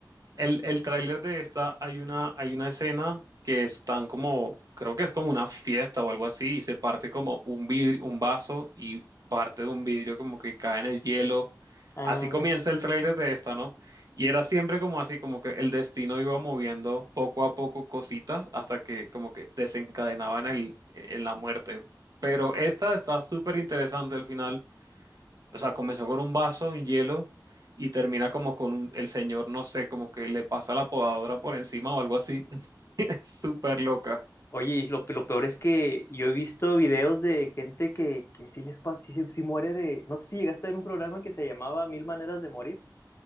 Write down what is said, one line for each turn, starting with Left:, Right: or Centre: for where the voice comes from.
Right: El, el tráiler de esta, hay una, hay una escena que están como, creo que es como una fiesta o algo así, y se parte como un vidrio, un vaso y parte de un vidrio como que cae en el hielo.
Left: Ah,
Right: Así comienza el tráiler de esta, ¿no? Y era siempre como así, como que el destino iba moviendo poco a poco cositas hasta que como que desencadenaban el, en la muerte. Pero esta está súper interesante al final o sea, comenzó con un vaso, un hielo, y termina como con un- el señor, no sé, como que le pasa la podadora por encima o algo así. <laughs> Es súper loca.
Left: oye, y lo, lo peor es que yo he visto videos de gente que, que sí les pasa, sí, se- sí muere de. No sé si llegaste a ver un programa que se llamaba Mil Maneras de Morir.